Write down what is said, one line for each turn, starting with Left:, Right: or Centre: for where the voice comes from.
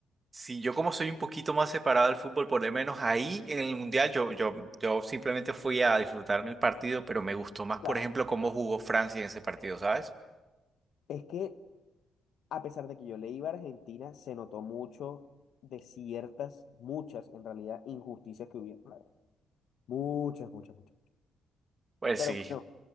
Right: si yo como soy un poquito más separado del fútbol, por lo menos ahí en el Mundial, yo, yo, yo simplemente fui a disfrutarme el partido, pero me gustó más, por
Left: claro.
Right: ejemplo, cómo jugó Francia en ese partido, ¿sabes?
Left: Es que a pesar de que yo le iba a Argentina, se notó mucho de ciertas, muchas en realidad, injusticias que hubieron. la verdad. Muchas, muchas, muchas.
Right: Pues
Left: Pero
Right: sí.
Left: bueno,